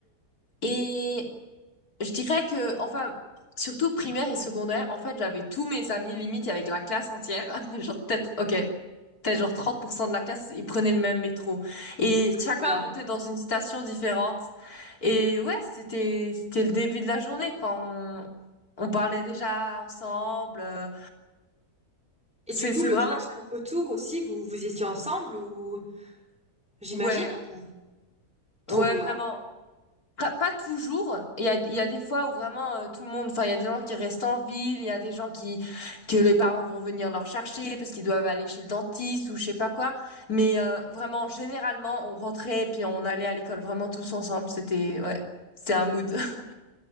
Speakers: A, on the left (about 75°); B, in the centre.
A: Et Je dirais que, enfin, surtout primaire et secondaire, en fait, j'avais tous mes amis, limite, avec la classe entière. <laughs> Genre, peut-être, ok, peut-être genre 30% de la classe, ils prenaient le même métro. Et chacun
B: trop bien.
A: montait dans une station différente. Et ouais, c'était, c'était le début de la journée, quoi. On, on parlait déjà ensemble. euh,
B: Et
A: C'est,
B: du coup,
A: c'est
B: le
A: vraiment,
B: trajet en retour aussi, vous vous étiez ensemble ou j'imagine
A: ouais,
B: enfin. Trop
A: ouais,
B: bien,
A: vraiment. Pas, pas toujours. Il y a, il y a des fois où vraiment euh, tout le monde, enfin, il y a des gens qui restent en ville, il y a des gens qui, que les parents vont venir leur chercher parce qu'ils doivent aller chez le dentiste ou je sais pas quoi. Mais euh, vraiment, généralement, on rentrait puis on allait à l'école vraiment tous ensemble. C'était, ouais, c'était un mood. <laughs>